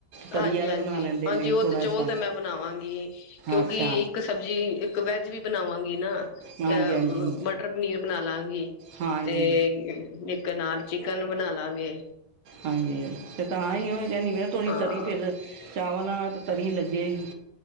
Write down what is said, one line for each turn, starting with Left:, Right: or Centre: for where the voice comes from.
Right: ਤਰੀ
Left: ਹਾਂਜੀ
Right: ਵਾਲਾ
Left: ਹਾਂਜੀ
Right: ਬਣਾ ਲੈਂਦੇ
Left: ਹਾਂਜੀ
Right: ਨੇ
Left: ਉਹ
Right: ਥੋੜਾ
Left: ਤੇ ਚੋਲ
Right: ਸਾ
Left: ਤੇ ਮੈਂ ਬਣਾਵਾਂਗੀ। ਕਿਉਂਕਿ
Right: ਅੱਛਾ
Left: ਇੱਕ ਸਬਜ਼ੀ ਇੱਕ ਵੈਜ ਵੀ ਬਣਾਵਾਂਗੀ ਨਾ
Right: ਹਾਂਜੀ
Left: ਅ
Right: ਹਾਂਜੀ
Left: ਮਟਰ ਪਨੀਰ ਬਣਾ ਲਾਂਗੀ।
Right: ਹਾਂਜੀ
Left: ਤੇ ਇੱਕ ਨਾਲ ਚਿਕਨ ਬਣਾ ਲਾਂਗੇ।
Right: ਹਾਂਜੀ ਤੇ ਤਾਂ ਈ ਉਹ ਕਹਿੰਦੀ ਵੀ ਤੋ
Left: ਹਾਂ
Right: ਤਰੀ ਫਿਰ ਚਾਵਲਾਂ ਨਾਲ ਤਾਂ ਤਰੀ ਲੱਗੇਗੀ।